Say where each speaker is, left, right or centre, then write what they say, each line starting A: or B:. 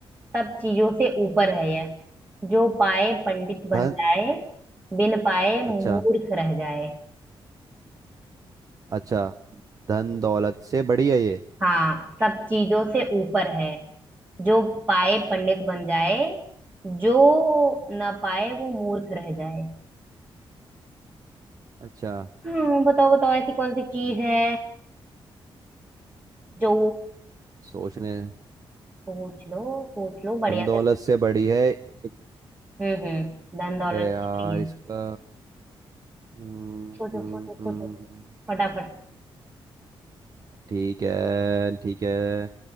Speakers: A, on the right (about 20°); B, on the right (about 40°).
A: सब चीजों से ऊपर है यह जो पाए पंडित बन
B: धन
A: जाए बिन पाए मूर्ख
B: अच्छा
A: रह जाए
B: अच्छा धन दौलत से बड़ी है ये
A: हाँ सब चीजों से ऊपर है जो पाए पंडित बन जाए जो ना पाए वो मूर्ख रह जाए
B: अच्छा
A: हम्म बताओ बताओ ऐसी कौन सी चीज
B: हम्म,
A: है जो
B: सोचने
A: सोच लो सोच लो बढ़िया
B: दौलत
A: से
B: से बड़ी है एक-
A: हम्म हम्म धन दौलत
B: अरे
A: से
B: यार
A: बड़ी है
B: इसका हम्म,
A: सोचो
B: हम्म,
A: सोचो सोचो
B: हम्म।
A: फटाफट
B: ठीक है ठीक है